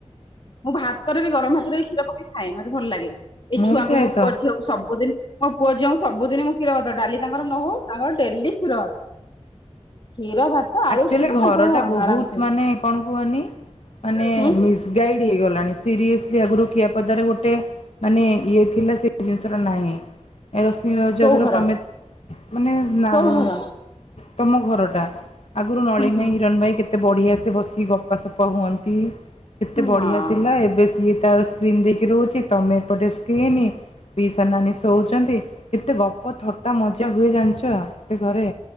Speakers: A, on the left (about 45°); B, on the left (about 65°).
A: ମୁଁ ଭାତରେ ବି ଗରମ ଭାତରେ ବି କ୍ଷୀର ପକେଇ ଖାଏ ମ ଭଲ ଲାଗେ ଏଇ
B: ମୁଁ
A: ଛୁଆଙ୍କୁ
B: ବି ଖାଏ
A: ମୋ
B: ତ
A: ପୁଅ ଝିକୁ ସବୁଦିନ ମୋ ପୁଅ ଝିଅଙ୍କୁ ସବୁଦିନ ମୁଁ କ୍ଷୀର ଭାତ ଡାଲି ତାଙ୍କର ନହଉ ତାଙ୍କର ଡେଲି କ୍ଷୀର ଭାତ। କ୍ଷୀର ଭାତ ଆଳୁ
B: ଆକ୍ଚୁଆଲି
A: କ୍ଷୀର
B: ଘର
A: ତାଙ୍କର
B: ଟା ବହୁତ
A: ଆରାମସେ
B: ମାନେ କଣ କୁହନି ମାନେ
A: ହୁଁ
B: ମିସଗାଇଡ ହେଇଗଲାଣି ସିରିଏସଲି ଆଗରୁ ଖିଆପାଦରେ ଗୋଟେ ମାନେ ଇଏ ଥିଲା ସେ ଜିନିଷଟା ନାହିଁ ରଶମଜ
A: କୋଉ
B: ଧର
A: ଘର
B: ତମେ ମାନେ ନାମ୍
A: କୋଉ ଘର
B: ତମ ଘରଟା ଆଗରୁ ନଳିନ
A: ହୁଁ ହୁଁ
B: ଇ ହିରଣ ଭାଇ କେତେ ବଢ଼ିଆ ସେ ବସିିକ ଗପସପ ହୁଅନ୍ତି କେତେ ବଢିଆ
A: ହଁ
B: ଥିଲା ଏବେ ସିଏ ତାର ସ୍କ୍ରିନ୍ ଦେଇକି ରହୁଛି। ତମେ ଏପଟେ ସ୍କ୍ରିନ ପିଇସା ନାନୀ ଶୋଉଛନ୍ତି। କେତେ ଗପ ଥଟା ମଜା ହୁଏ ଜାଣିଛ ସେ ଘରେ।